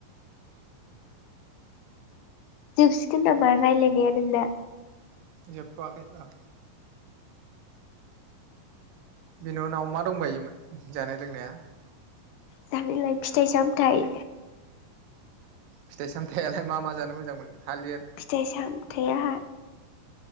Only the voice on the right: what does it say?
जोबथआखै र। बेनि उनाव मादंबायोमोन जानाय लोंनाया।
फिथाइ सामथायालाय मा मा जानो मोजां मोनो। थालिर